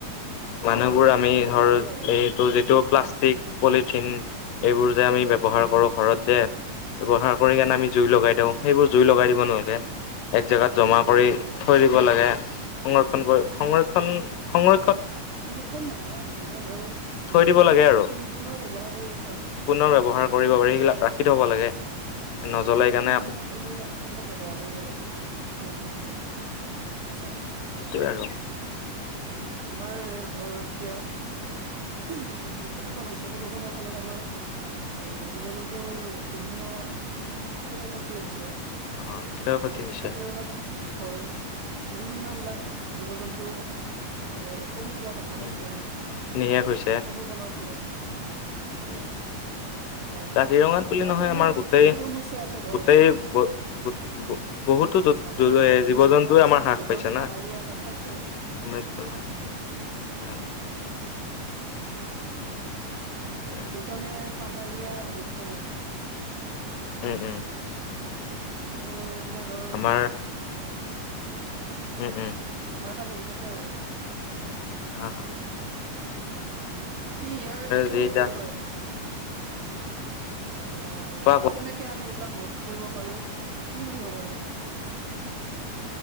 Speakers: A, on the left; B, on the right.
A: মানুহবোৰ আমি
B: সেইটো
A: ধৰ,
B: হয় বাৰু
A: এইটো যিটো প্লাষ্টিক পলিথিন এইবোৰ যে আমি ব্যৱহাৰ
B: উম
A: কৰো
B: উম
A: ঘৰত যে, ব্যৱহাৰ কৰি কেনে আমি জুই লগাই দিওঁ। সেইবোৰ জুই লগাই দিব নালাগে, এক জেগাত জমা
B: সেইবোৰ
A: কৰি
B: নালাগে
A: থৈ দিব লাগে। সংৰক্ষণ কৰে, সংৰক্ষণ-সংৰ
B: উম সংৰক্ষণ নহয় মানে ধৰ,
A: থৈ
B: যিখিনি
A: দিব
B: ধৰ
A: লাগে
B: পলিথিন
A: আৰু
B: পুনৰ ব্যৱহাৰ কৰিব পাৰি
A: পুনৰ ব্যৱহাৰ কৰিব পাৰি সেইগিলাক ৰাখি থ'ব লাগে,
B: ৰাখি
A: নজ্বলাই কেনে
B: <unintelligible> সেইবিলাক ব্যবহাৰ কৰিব লাগে, উম, উম, উম, আচ্ছা।
A: সেইটোৱে আৰু।
B: আমাৰ ধৰ এতিয়া <unintelligible> যি প্ৰদূষণ হৈছে প্ৰদূষণৰ ফলত আমাৰ এ জীৱ জন্তুৰ বিভিন্ন, ক্ষয় ক্ষতি হৈছে। এ
A: অ ক্ষয় ক্ষতি হৈছে
B: কাজিৰঙাত সৰু, বিভিন্ন বিলাক জীৱ জন্তু এ কমি যোৱা দেখা
A: উম
B: পাইছো আমি,
A: নিশেষ হৈছে
B: প্ৰদূষণৰ ফলত।
A: উম।
B: তাৰ
A: কাজিৰঙাত বুলি
B: আমাৰতো
A: নহয়
B: এনে
A: আমাৰ গোটেই-গোটেই
B: বহুত সমস্যা আছে ধৰ
A: <unintelligible> বহুতো জীৱ
B: বানপান ভূমিস্খলন
A: জন্তুৱে
B: আছে
A: আমাৰ হ্ৰাস
B: যিহেতু
A: পাইছে
B: আমি পাহাৰীয়া
A: না।
B: এটা ঠাইত পৰো
A: উমেশ কল্যাণ,
B: উম
A: হয়। আৰু
B: যিহেতু আমি এই পাহাৰীয়া হেৰিত পৰো।
A: উম উম।
B: ত' মানে ধৰ
A: আমাৰ উম উম।
B: আমাৰ এটা হেৰি থাকে আৰু।
A: আহ।
B: বাকী ইয়াৰ যিটো
A: যি এতিয়া
B: হেৰি হয় অ',
A: কোৱা
B: কেনেকে আমি এইবিলাক ৰোধ কৰিব পাৰো, কি বুলি ভাবা <unintelligible> <unintelligible>